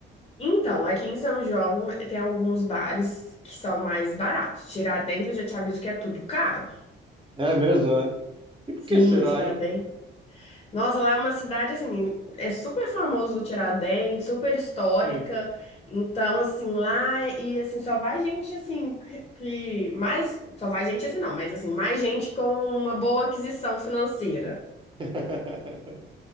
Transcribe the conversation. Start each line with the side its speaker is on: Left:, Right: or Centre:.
Left: Então, aqui em São João eh, tem alguns bares que são mais baratos. Tiradentes, eu já te aviso que é tudo caro.
Right: É mesmo, né? E por
Left: Sim,
Right: que será,
Left: Tiradentes.
Right: hein?
Left: Nossa, lá é uma cidade assim, é super famoso o Tiradentes, super histórica.
Right: Sim.
Left: Então, assim, lá é- e assim, só vai gente assim que mais, só vai gente assim não, mas assim, mais gente com uma boa aquisição financeira.
Right: <laughs>